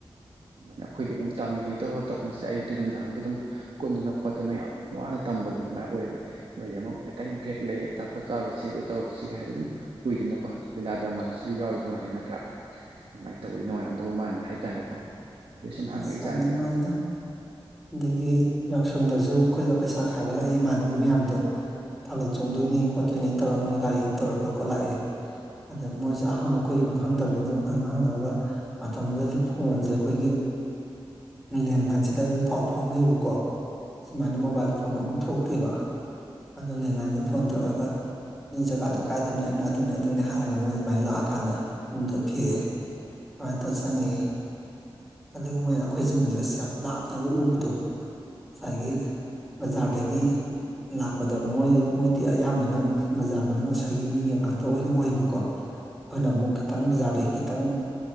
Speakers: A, on the right; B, in the centre.
A: ꯑꯗꯨꯃꯥꯏꯅ ꯑꯩꯈꯣꯏꯗꯤ ꯑꯃꯨꯛ ꯇꯥꯅꯤꯡꯉꯤ ꯑꯇꯣꯞ ꯑꯇꯣꯞꯅꯁꯤꯗ ꯑꯌꯨꯛꯇꯤ ꯅꯨꯡꯗꯥꯡꯗꯤ ꯑꯗꯨꯝ ꯀꯨꯟꯗꯅ ꯈꯣꯠꯇꯅ ꯌꯥꯝ ꯋꯥꯅ ꯇꯝꯕꯗꯣ ꯑꯗꯨꯃꯥꯏꯅ ꯑꯣꯏꯌꯦꯕ ꯅꯣꯏꯗꯤ ꯑꯃꯨꯛ ꯈꯤꯇꯪ ꯕ꯭ꯔꯦꯛ ꯂꯩ ꯑꯆꯥꯄꯣꯠ ꯆꯥꯎꯔꯨꯁꯤ ꯑꯗꯨ ꯇꯧꯔꯨꯁꯤꯒ ꯍꯥꯏꯗ ꯗꯨꯝ ꯎꯏꯗꯅꯀꯣ ꯂꯤꯂꯥ ꯗ꯭ꯔꯃꯥꯗꯁꯨ ꯌꯥꯎꯔꯤꯗꯨꯉꯥꯏ ꯅꯠꯇ꯭ꯔꯥ ꯑꯗꯨꯃꯥꯏꯅ ꯇꯧꯕꯗꯤ ꯅꯨꯡꯉꯥꯏꯔꯝꯗꯕ ꯃꯥꯟꯕꯗ ꯍꯥꯏꯇꯥꯔꯦꯀꯣ ꯑꯗꯨꯩ ꯁꯨꯝ ꯍꯪꯉꯛꯏ
B: ꯑꯁ
A: ꯖꯥꯠꯅꯤꯗ
B: ꯌꯥꯝ ꯅꯨꯡꯉꯥꯏꯗ ꯑꯗꯒꯤ ꯌꯥꯎꯁꯪꯗꯁꯨ ꯑꯩꯈꯣꯏꯗ ꯄꯩꯁꯥ ꯈꯥꯏꯕ ꯂꯥꯛꯏ ꯏꯃꯥꯟꯅꯕꯤ ꯃꯌꯥꯝꯗꯣ ꯊꯥꯕꯜ ꯆꯣꯡꯗꯣꯏꯅꯤ ꯈꯣꯠꯇꯣꯏꯅꯤ ꯇꯧꯔꯒ ꯃꯣꯏ ꯒꯥꯔꯤ ꯑꯃ ꯇꯧꯔ ꯈꯣꯀꯣ ꯂꯥꯛꯑꯦ꯫ ꯑꯗ ꯃꯣꯏꯁꯦ ꯑꯍꯥꯟꯕ ꯑꯩꯈꯣꯏꯒꯤ ꯌꯨꯝ ꯈꯪꯗꯕꯅꯤꯅ ꯑꯗꯨꯝ ꯍꯪꯉ ꯍꯪꯉꯒ ꯃꯇꯝꯗꯨꯗꯗꯤ ꯐꯣꯟꯁꯦ ꯑꯩꯈꯣꯏꯒꯤ ꯂꯦꯟꯂꯥꯏꯟꯁꯤꯗꯝ ꯐꯥꯎ ꯐꯥꯎꯅꯩꯑꯕꯀꯣ ꯁꯨꯃꯥꯏꯅ ꯃꯣꯕꯥꯏꯜ ꯐꯣꯟꯗ ꯑꯃꯨꯛ ꯊꯣꯛꯇꯦꯕ ꯑꯗꯨ ꯅꯦꯟꯅꯥꯏꯟꯗ ꯐꯣꯟ ꯇꯔꯛꯑꯒ ꯃꯤ ꯖꯒꯥꯗ ꯀꯥꯏꯗꯅꯣ ꯑꯩꯅ ꯑꯗꯨꯅꯦ ꯑꯗꯨꯅꯦ ꯍꯥꯏꯔꯒ ꯃꯣꯏ ꯑꯗꯨꯃꯥꯏꯅ ꯂꯥꯛꯑꯀꯥꯟꯗ ꯌꯗꯣ ꯊꯤꯔꯛꯑꯦ ꯑꯗꯨꯃꯥꯏꯅ ꯇꯧꯔ ꯆꯪꯉꯛꯑꯦ ꯑꯗꯨꯒ ꯃꯣꯏꯅ ꯑꯩꯈꯣꯏꯖꯤꯡꯁꯦ ꯑꯁ ꯌꯥꯝ ꯂꯥꯞ ꯑꯗꯨꯒ ꯎꯕꯗꯣ ꯉꯁꯥꯏꯒꯤ ꯕꯖꯥꯔꯗꯒꯤ ꯂꯥꯛꯄꯗ ꯃꯣꯏ ꯃꯣꯏꯗꯤ ꯑꯌꯥꯝꯕꯅ ꯕꯖꯥꯔ ꯃꯅꯨꯡ ꯉꯁꯥꯏꯒꯤ ꯃꯤ ꯉꯥꯛꯇ ꯑꯣꯏꯅ ꯑꯣꯏꯕꯀꯣ ꯑꯩꯈꯣꯏꯅ ꯑꯃꯨꯛ ꯈꯤꯇꯪ ꯕꯖꯥꯔꯗꯒꯤ ꯈꯤꯇꯪ